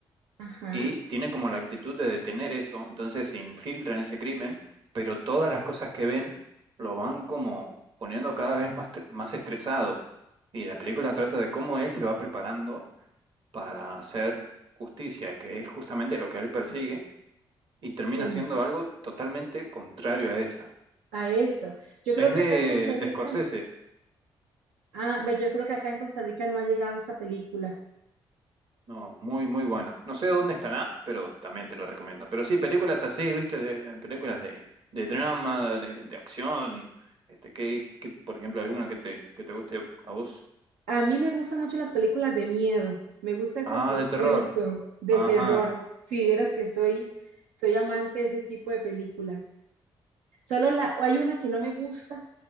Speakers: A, on the right; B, on the right.
A: Ajá,
B: y tiene como la actitud de detener eso, entonces se infiltra en ese crimen, pero todas las cosas que ven lo van como poniendo cada vez más, tre- más estresado. Y la película trata de cómo él se va preparando para hacer justicia, que es justamente lo que él persigue, y termina
A: en-
B: siendo algo totalmente contrario a esa.
A: a eso. Yo creo
B: Es
A: que
B: de,
A: acá en Costa
B: de
A: Rica,
B: Scorsese,
A: ah, ve, yo creo que acá en Costa Rica no ha llegado esa película.
B: No, muy, muy buena. No sé dónde estará, pero también te lo recomiendo. Pero sí, películas así, viste, de, películas de, de drama, de, de acción, este, que, que, por ejemplo, alguna que te, que te guste a vos.
A: A mí me gustan mucho las películas de miedo, me gusta ese
B: Ah,
A: suspenso
B: de terror.
A: de
B: Ajá.
A: terror. Si vieras que soy, soy amante de ese tipo de películas. Solo la, hay una que no me gusta,